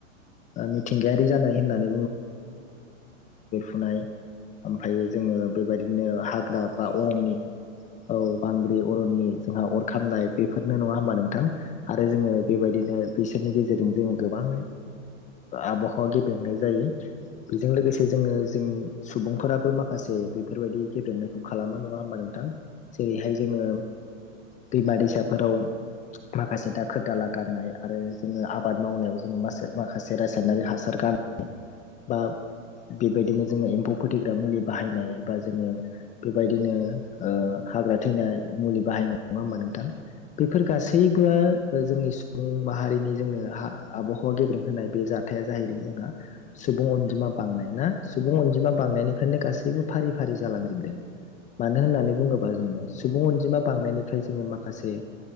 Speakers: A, on the left (about 20°); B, on the right (about 45°).
A: ओ मिथिंगायारि जानाय होननानै फुनाय ओमफायायो जोङो बेबायदिनो हाग्रा
B: बांग्रिं
A: बा अरननि औ बांग्रि अरननि जोंहा अर खामनाय बेफोरनो नङा होमबा नोंथां आरो जोङो
B: औ
A: बेबायदिनो बिसोरनि गेजेरजों जोङो गोबां आबहावा गेबेंनाय जायो। बेजों लोगोसे जोङो जों सुबुंफोराबो माखासे बेफोरबायदि गेब्रेंनायखौ खालामो नङा होमबा नों थां जेरैहाय
B: औ
A: जोङो दैमा दैसाफोराव माखासे दाखोर दाला गारनाय आरो जोङो आबाद मावनायाव जोङो मासे माखासे से रासायनारि हासार गारनो बा बेबायदिनो जोङो एम्फौ फोथैग्रा मुलि बाहायनाय बा जोङो बेबायदिनो हाग्रा थैनाय मुलि बाहायनाय नङा होमा नोंथां बेफोर
B: औ
A: गासैबो जोंनि सुबुं माहारिनि जोङो हा आबहावा गेब्रें होनाय बे जाथाया जाहैदों जोंहा सुबुं अनजिमा बांनाय ना सुबुं अनजिमा बांनायनिफ्रायनो गासैबो फारि फारि जालाङो मानो होननानै बुङोबा जोङो सुबुं अनजिमा बांनायनिफ्राय जोङो मा खासे